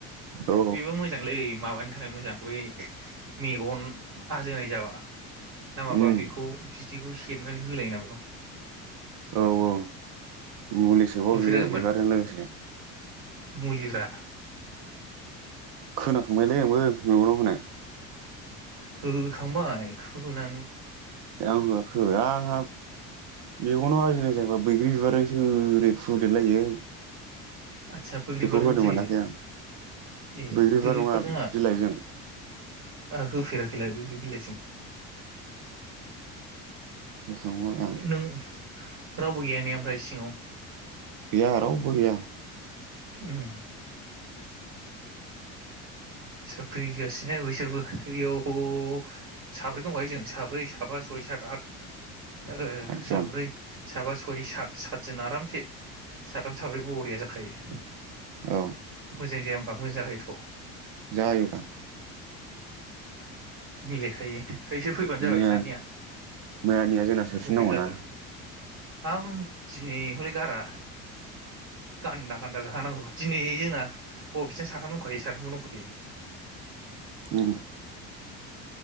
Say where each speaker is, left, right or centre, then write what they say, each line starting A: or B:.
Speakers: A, on the right; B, on the right.
A: औ
B: बेबो मोजांलै माबा नि थाखाय मोजां बै मेगन आजोनाय जाबा। ना माबा
A: उम
B: बेखौ बि दिखौ सेबनानै होलाय ना बेखौ
A: औ औ मुलि सोबाव
B: नुफेराखै
A: बियो बिबारजों लोगोसे।
B: मुलि ब्रा।
A: खोनाखांबायलै आंबो मेगनाव होनाय।
B: होखांबाय खोना
A: आं होआखो आंहा मेगनाव आजिनाय जायोबा बैग्रि बिबारजोंसो ओरै फुदेरलायो।
B: आदसा बैग्रिबारजों
A: बेखौ होनो
B: जायोलाय
A: मोनाखै आं
B: ए
A: बैग्रि बिबार
B: बैग्रिफोरजों
A: नङा
B: आं
A: बिलाइजों
B: होफेराखैलाय बैग्रि बिलाइजों।
A: होखांबाय आं।
B: नों रावबो गैया नेया ओमफ्राय सिङाव
A: गैया रावबो गैया।
B: उम। सोर फैगासिनो बैसोरबो ओययाव साब्रै दंखायो जों साब्रै साबा सय सात आथ। आरो
A: आदजन
B: साब्रै साबा सय सय सात सातजन आरामसे साथाम साब्रै बरिया जाखायो
A: औ
B: मोजां जाया मा मोजाङैथ।
A: जायोब्रा।
B: मिलायखायो इसोर फैबानो जाबाय
A: मैया
B: सानैया
A: मैयानिया जोंना सोफिननांगौना
B: मफिट लाखोआ आं दिनै हय गारा गान्दा गान्दा जाखानांगौ दिनै जोंना बबेस साथाम दंखायो साथामबो दंखायो।
A: उम।